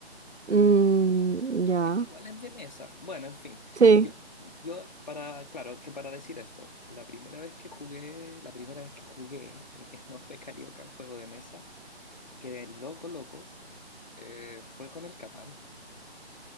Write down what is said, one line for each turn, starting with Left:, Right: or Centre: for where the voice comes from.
Right: Mm, ya.
Left: Es que igual es de mesa. Bueno, en fin.
Right: Sí.
Left: Yo, yo para, claro, que para decir esto, la primera vez que jugué, la primera vez que jugué, y que <laughs> no fue carioca, juego de mesa, quedé loco, loco Eh, fue con el Catán.